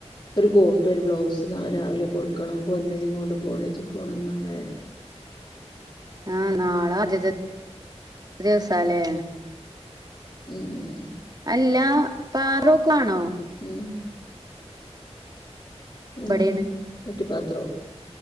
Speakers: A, on the left; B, on the right.
A: ഒരു കോട്ട് ഒരു ബ്ലൗസ് നാളെ രാവിലെ കൊടുക്കണം പൊന്നു നിം കൊണ്ട് കോളേജിൽ പോണം നളെ
B: ആഹ് നാളെ ആദ്യ ദിവസല്ലേ
A: ഉം ഉം
B: അല്ല ഫാറൂഖാണോ
A: ഉം എന്ത്
B: ഇബടേണ്
A: വട്ടി പാത്രോ